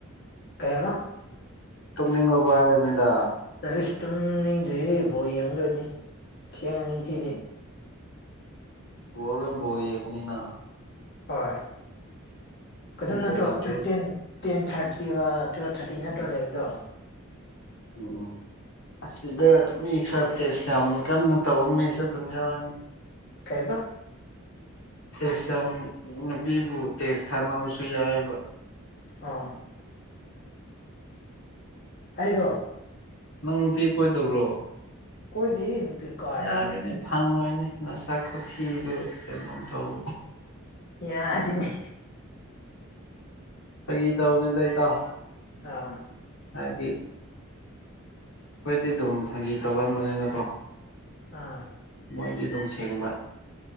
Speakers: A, on the left (about 50°); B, on the left (about 75°).
A: ꯀꯩ ꯍꯥꯢꯕ
B: ꯇꯨꯝꯅꯤꯡꯉꯕꯣ ꯍꯥꯏꯕꯅꯤꯗ
A: ꯑꯩꯁ ꯇꯨꯝꯅꯤꯡꯗ꯭ꯔꯤ ꯕꯣꯜ ꯌꯦꯡꯗꯣꯏꯅꯤ ꯊꯦꯡꯉꯅꯤ ꯉꯁꯤꯗꯤ
B: ꯕꯣꯜꯗ ꯕꯣꯜ ꯌꯦꯡꯒꯅꯤꯅ
A: ꯍꯣꯏ ꯀꯩꯅꯣ
B: ꯑꯩ
A: ꯅꯠꯇ꯭ꯔꯣ
B: ꯗꯇꯥꯗꯣ
A: <unintelligible> ꯇꯦꯟ ꯊꯥꯔꯇꯤꯒ ꯇꯨꯋꯦꯜꯞ ꯊꯥꯔꯇꯤ ꯅꯠꯇ꯭ꯔꯣ ꯂꯩꯕꯗꯣ
B: ꯎꯝ ꯑꯁꯤꯗ ꯃꯤ ꯈꯔ ꯇꯦꯁ ꯌꯥꯝ ꯀꯟꯅ ꯇꯧꯕ ꯃꯤꯁꯨ ꯑꯗꯨꯝ ꯌꯥꯎꯋꯤꯅꯦ
A: ꯀꯩꯕꯥ
B: ꯇꯦ ꯁꯝ ꯅꯨꯄꯤꯕꯨ ꯇꯦꯁ ꯊꯥꯅꯕꯁꯨ ꯌꯥꯏꯑꯦꯕ
A: ꯑꯥ ꯑꯩꯔꯣ
B: ꯅꯪ ꯅꯨꯄꯤ ꯀꯣꯏꯗꯕ꯭ꯔꯣ
A: ꯀꯣꯢꯗꯦꯍꯦ ꯅꯨꯄꯤ ꯀꯥꯏꯗꯩ
B: ꯌꯥꯔꯣꯏꯅꯦ
A: ꯅꯨꯄꯤ
B: ꯐꯪꯉꯣꯏꯅꯦ ꯅꯁꯥꯛ ꯈꯨꯊꯤꯗꯨꯒ ꯀꯩꯅꯣꯝ ꯇꯧꯋꯦ
A: ꯌꯥꯗꯦꯅꯦ
B: ꯐꯥꯒꯤ ꯇꯧꯕꯅꯤꯗ ꯢꯇꯧ
A: ꯑꯥ
B: ꯍꯥꯏꯗꯤ ꯑꯩꯈꯣꯏꯗꯤ ꯑꯗꯨꯝ ꯐꯥꯒꯤ ꯇꯧꯒꯟꯕꯅꯤꯅꯀꯣ
A: ꯑꯥ
B: ꯊꯥꯃꯣꯏꯗꯤ ꯑꯗꯨꯝ ꯁꯦꯡꯕ